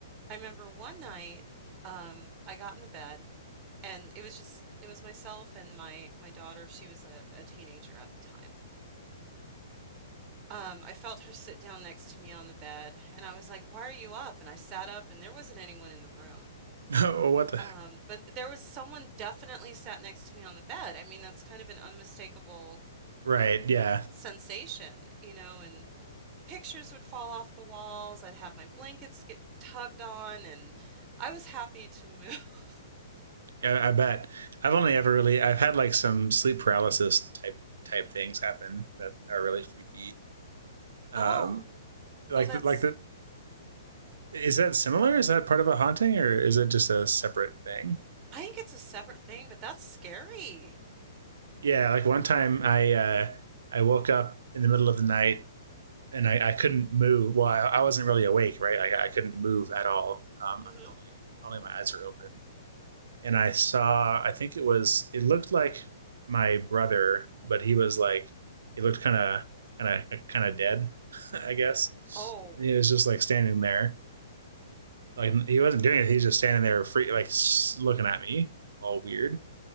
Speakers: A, on the right; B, on the right.
A: I remember one night, um, I got in the bed and it was just it was myself and my my daughter. She was a, a teenager at the time. Um, I felt her sit down next to me on the bed, and I was like, Why are you up? And I sat up, and there wasn't anyone in the room.
B: <laughs> oh, what the
A: Um,
B: heck?
A: but there was someone definitely sat next to me on the bed. I mean, that's kind of an unmistakable
B: Right? Yeah.
A: sensation, you know, and pictures would fall off the walls. I'd have my blankets get tugged on, and I was happy to move. <laughs>
B: Yeah, I bet. I've only ever really I've had like some sleep paralysis type type things happen that are really freaky Um,
A: Oh,
B: like
A: well, that's,
B: the, like the is that similar? Is that part of a haunting or is it just a separate thing?
A: I think it's a separate thing, but that's scary.
B: Yeah, like one time I uh, I woke up in the middle of the night and I, I couldn't move. Well, I, I wasn't really awake, right? Like I couldn't move at all. Um,
A: hmm
B: I could only only my eyes were open, and I saw. I think it was. It looked like my brother, but he was like he looked kind of kind of kind of dead, <laughs> I guess.
A: Oh,
B: And he was just like standing there, like he wasn't doing it. He was just standing there, free, like looking at me, all weird.